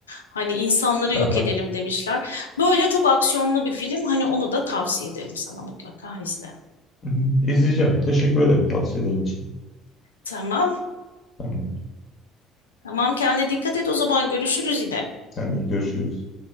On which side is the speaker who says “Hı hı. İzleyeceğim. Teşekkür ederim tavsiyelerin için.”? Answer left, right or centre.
Left